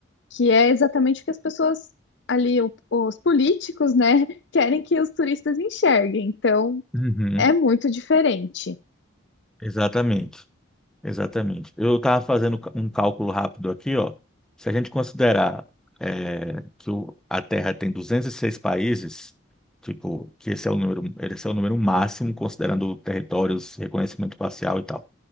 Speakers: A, on the left (about 65°); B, in the centre.
A: que é exatamente o que as pessoas ali, o- os políticos, né, <laughs> querem que os turistas enxerguem. Então,
B: Uhum,
A: é muito diferente.
B: exatamente. Exatamente. Eu estava fazendo ca- um cálculo rápido aqui, ó. Se a gente considerar é, que o- a Terra tem 206 países, tipo, que esse é o número, esse é o número máximo, considerando territórios, reconhecimento parcial e tal.